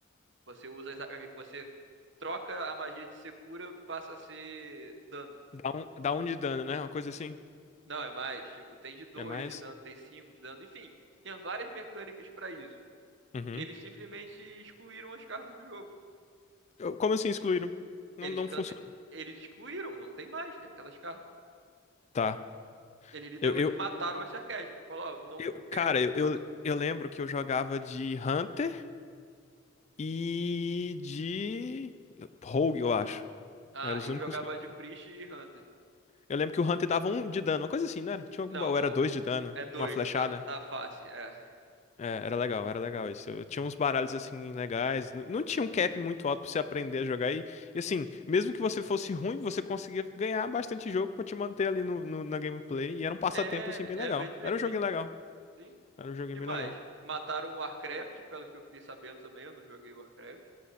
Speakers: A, on the right; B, on the left.
A: você usa exa- você troca a magia de ser cura, passa a ser dano.
B: Dá um, dá um de dano, né? Uma coisa assim.
A: Não, é mais, tipo, tem de dois
B: É mais.
A: de dano, tem 5 de dano, enfim, tinha várias mecânicas pra isso.
B: Uhum.
A: Eles simplesmente excluíram as cartas do jogo.
B: Eu- Como assim excluíram? Não,
A: Eles,
B: não
A: can-
B: funciona.
A: eles excluíram, não tem mais aquelas cartas.
B: Tá.
A: Eles literalmente
B: Eu, eu,
A: mataram esse arquétipo. Falou, ó, não,
B: eu-
A: não queremos
B: cara, eu,
A: que jogue
B: eu,
A: assim.
B: eu lembro que eu jogava de Hunter e de Rogue, eu acho.
A: Ah,
B: Eram os
A: eu
B: únicos
A: jogava
B: que eu.
A: de Priest e Hunter.
B: Eu lembro que o Hunter dava um de dano, uma coisa assim, não era? Tinha algum
A: Não,
B: baú,
A: o,
B: era dois de
A: o-
B: dano,
A: é dois
B: uma flechada.
A: na, na face. É,
B: É, era legal, era legal isso. Eu tinha uns baralhos assim legais. n- Não tinha um cap muito alto pra você aprender a jogar. E, e, assim, mesmo que você fosse ruim, você conseguia ganhar bastante jogo pra te manter ali no, no- na gameplay. E era um passatempo
A: é,
B: assim bem
A: é
B: legal.
A: bem, diver-
B: Era um
A: bem
B: joguinho
A: divertido.
B: legal.
A: Sim.
B: Era um joguinho
A: E
B: bem
A: mais?
B: legal.
A: Mataram o Warcraft, pelo que eu fiquei sabendo também, eu não joguei o Warcraft.